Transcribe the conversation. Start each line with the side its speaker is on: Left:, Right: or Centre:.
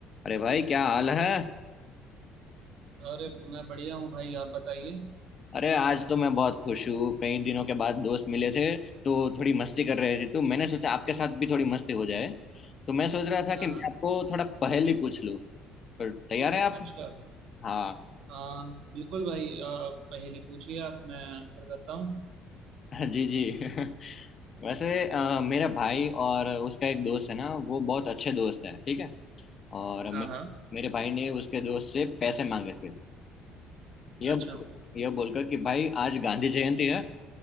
Left: अरे भाई क्या हाल है
Right: अरे मैं बढ़िया हूँ भाई आप बताइए
Left: अरे आज तो मैं बहुत खुश हूँ कई दिनों के बाद दोस्त मिले थे तो थोड़ी मस्ती कर रहे थे तो मैंने सोचा आपके साथ भी थोड़ी मस्ती हो जाए तो मैं सोच रहा था कि
Right: हाँ
Left: मैं
Right: हाँ
Left: आपको थोड़ा पहेली पूछ लूँ तो तैयार हैं आप
Right: अच्छा
Left: हाँ
Right: आ, बिल्कुल भाई आ, पहेली पूछिए आप मैं आंसर करता हूँ
Left: <laughs> जी जी <laughs> वैसे अ, मेरा भाई और उसका एक दोस्त है ना वो बहुत अच्छे दोस्त है ठीक है और
Right: हाँ
Left: मेरे
Right: हाँ
Left: मेरे भाई ने उसके दोस्त से पैसे मांगे थे यह
Right: अच्छा
Left: यह बोलकर कि भाई आज गांधी जयंती है